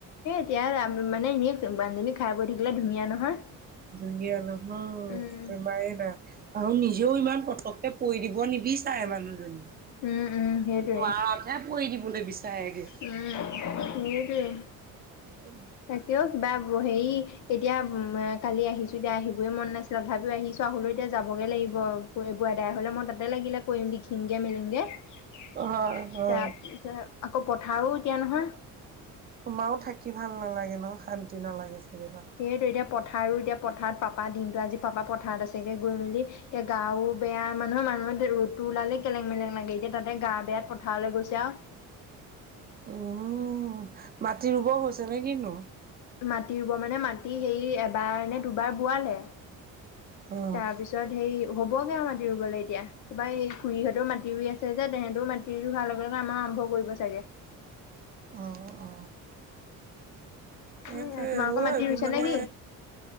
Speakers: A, on the left (about 60°); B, on the right (about 30°).
A: ইয়াৰ মানে সে মানহজনী খাই বৈ থাকিলে ধুনীয়া নহয়।
B: ধুনীয়া নহয় <unintelligible>
A: উম।
B: আৰু নিজেও ইমান পটককে পৰি দিব নিবিচাৰে মানুহজনী
A: উম উম হেইটোৱে
B: নোৱাৰাতহে পৰি দিবলৈ বিচাৰেগে।
A: উম হেইটোৱে <inaudible>
B: উম
A: কিয় কিবা হেৰি এতিয়া কালি আহিছো এতিয়া আহিবই মন নাছিল তথাপিও আহিছো আও <unintelligible> এতিয়া যাবগে লাগিব বু দাই হলে মই তাতে লাগিলে কৰিম লিখিমগে মেলিমগে। তাৰপিছত
B: হয় হয়।
A: আকৌ পথাৰো এতিয়া নহয়।
B: তোমাও থাকি ভাল নালাগে নহয় শান্তি নালাগে। চাগে ন?
A: সেইয়েটোৱেটো এতিয়া পথাৰো এতিয়া পথাৰ <unintelligible> পাপা দিনটো আজি পাপা পথাৰত আছেগে গৈ মেলি এতিয়া গাঁও বেয়া মানুহৰ মানুহে ৰ'দটো ওলালে কেলেং মেলেং লাগে এতিয়া তাতে গা বেয়াত পথাৰলৈ গৈছে আৰু <unintelligible>
B: উম মাটি ৰুব হৈছে নে কিনো?
A: মাটি ৰুব মানে মাটি হে এবাৰ নে দুবাৰ বোৱালে।
B: অহ।
A: তাৰপিছত সেই হ'বগে আৰু মাটি ৰুবলে এতিয়া তাৰা এই খুৰীহঁতেও মি ৰুই আছে যে, তেহেঁতও মাটি ৰুৱা হোৱাৰ লগে লগে আমাৰ আৰম্ভ কৰিব চাগে।
B: অ অ।
A: এ
B: সেইটোৱে
A: তোমালোকৰ
B: অ
A: মাটি
B: এইবোৰ
A: ৰুইছা
B: মানে
A: নে কি